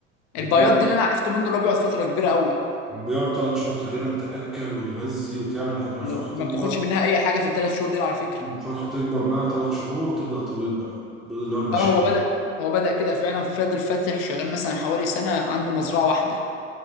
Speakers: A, on the left; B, in the centre.
A: البياض
B: بتقعد
A: دي اللي انا عرفت منه اللي هو بيقعد فتره كبيره قوي
B: بيقعد ثلاث شهور تقريبا تأكل وتغذي وتعمل لحد ما الفرخة
A: لو ما
B: تكبر
A: بتاخدش منها اي حاجه في الثلاث شهور دي على فكره
B: الفرخة تكبر بقى ثلاث شهور وتبدأ تبيض بقى البيض اللي هو البشري
A: اه هو بدا هو بدا كده فعلا فضل فاتح شغال مثلا حوالي سنه عنده مزرعه واحده